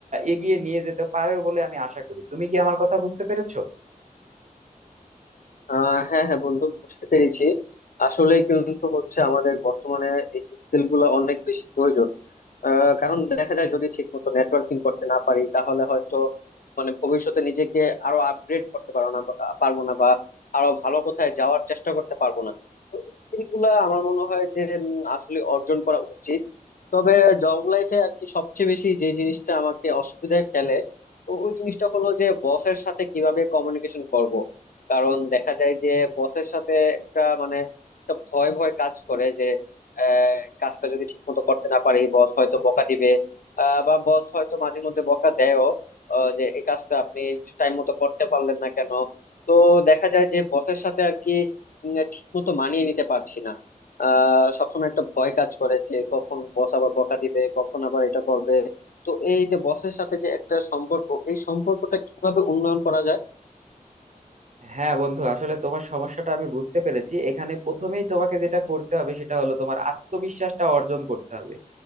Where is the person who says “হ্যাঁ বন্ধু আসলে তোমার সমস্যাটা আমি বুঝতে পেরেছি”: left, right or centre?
Right